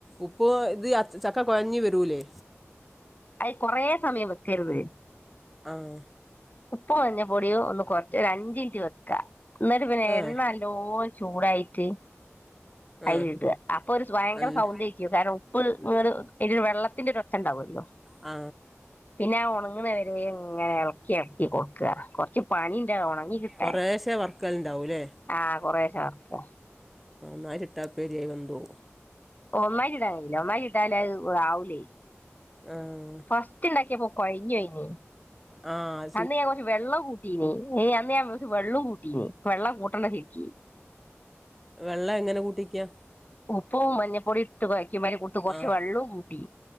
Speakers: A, in the centre; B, on the left.
A: ഉപ്പ് ഇത് ചക്ക കുഴഞ്ഞു വരൂല്ലേ
B: അത് കൊറേ സമയം വെക്കരുത്
A: ആഹ
B: ഉപ്പ് മഞ്ഞപൊടിയും ഒന്ന് കുഴച്ച് ഒരു അഞ്ചിനിറ്റ് വെക്ക എന്നിട്ട് പിന്നെ
A: ആഹ്
B: എണ്ണ നല്ലോ ചൂടായിട്ട് <unintelligible>
A: ആഹ്
B: അപ്പൊ ഒര് ഭയങ്കര
A: നല്ല
B: സൗണ്ട്കേക്കും <unintelligible> <unintelligible> വെള്ളത്തിന്റെ ഒര് ഒച്ച ഒണ്ടാവല്ലോ
A: ആ
B: പിന്നെ ഉണങ്ങണവരെയും ഇങ്ങനെ എളക്കി എളക്കി കൊടുക്ക കൊറച്ച് പണി ഒണങ്ങി കിട്ടാൻ
A: കൊറേശ്ശെ വറക്കലുണ്ടാവൂല്ലേ
B: ആ കൊറേശെ വറക്ക
A: നരിട്ടാപ്പേരിയായി വെന്തോ
B: ഒന്നായിട്ടിടാൻ കഴിയില്ല ഒന്നായിട്ടാ അത് ആവൂലെ
A: ആഹ്
B: ഫസ്റ്റ് ഇണ്ടാക്കിയപ്പോ കൊഴിഞ്ഞ് പോയീനി
A: ആ
B: അന്ന് ഞാൻ കൊറച്ച് വെള്ളം കൂട്ടീനി അന്ന് ഞാൻ കൊറച്ച് വെള്ളം കൂട്ടീനി വെള്ളം കൂട്ടേണ്ട ശെരിക്ക് <inaudible>
A: വെള്ളം എങ്ങനെ കൂട്ടിക്യ
B: ഉപ്പും മഞ്ഞപ്പൊടിട്ട് കൊഴ ക്കമ്പം കൊടുത്ത് കൊറച്ച്
A: ആഹ്
B: വെള്ളോം കൂട്ടി